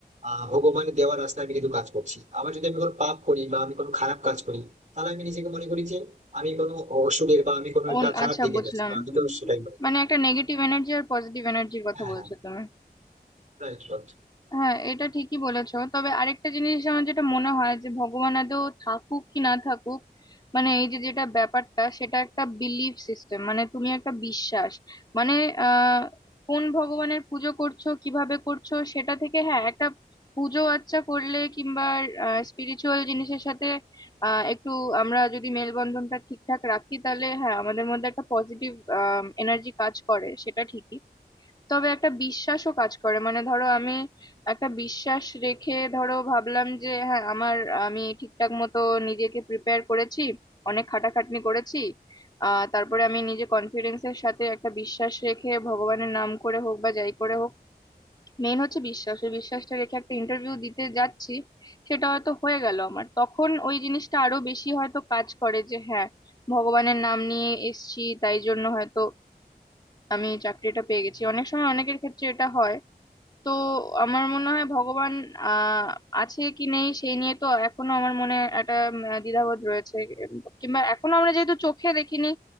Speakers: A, on the right (about 50°); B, on the left (about 25°).
A: আহ, ভগবানের দেওয়ার রাস্তায় আমি কিন্তু কাজ করছি আবার যদি আমি কোনো পাপ করি বা আমি কোনো খারাপ কাজ করি তাহলে আমি নিজেকে মনে করি যে আমি কোনো অসুরের বা আমি কোনো একটা
B: ওন
A: খারাপ
B: আচ্ছা
A: দিকে
B: বুঝলাম
A: যাচ্ছি তো আমি তো সেটাই মনে করি
B: মানে একটা নেগেটিভ এনার্জি আর পজিটিভ এনার্জির কথা
A: হ্যাঁ
B: বলছো তুমি
A: রাইট রাইট
B: হ্যাঁ এটা ঠিকই বলেছো তবে আরেকটা জিনিস আমার যেটা মনে হয় যে ভগবান আদৌ থাকুক কি না থাকুক মানে এই যে যেটা ব্যাপারটা সেটা একটা বিলিফ সিস্টেম মানে তুমি একটা বিশ্বাস মানে আহ কোন ভগবানের পুজো করছো কিভাবে করছো সেটা থেকে হ্যাঁ একটা পুজো আচ্চা করলে কিংবা স্পিরিচুয়াল জিনিসের সাথে আহ একটু আমরা যদি মেলবন্ধনটা ঠিকঠাক রাখি তাহলে হ্যাঁ আমাদের মধ্যে একটা পজিটিভ এনার্জি কাজ করে সেটা ঠিকই তবে একটা বিশ্বাসও কাজ করে মানে ধরো আমি একটা বিশ্বাস রেখে ধরো ভাবলাম যে হ্যাঁ আমার আমি ঠিকঠাক মতো নিজেকে প্রিপেয়ার করেছি অনেক খাটাখাটনি করেছি আহ তারপরে আমি নিজে কনফিডেন্সের সাথে একটা বিশ্বাস রেখে ভগবানের নাম করে হোক বা যাই করে হোক মেইন হচ্ছে বিশ্বাস ওই বিশ্বাসটা রেখে একটা ইন্টারভিউ দিতে যাচ্ছি সেটা হয়তো হয়ে গেল আমার তখন ওই জিনিসটা আরো বেশি হয়তো কাজ করে যে হ্যাঁ ভগবানের নাম নিয়ে এসছি তাই জন্য হয়তো আমি চাকরিটা পেয়ে গেছি অনেক সময় অনেকের ক্ষেত্রে এটা হয় তো আমার মনে হয় ভগবান আহ আছে কি নেই সেই নিয়ে তো এখনো আমার মনে একটা উম, দ্বিধাবোধ রয়েছে এম, কিংবা এখনো আমরা যেহেতু চোখে দেখিনি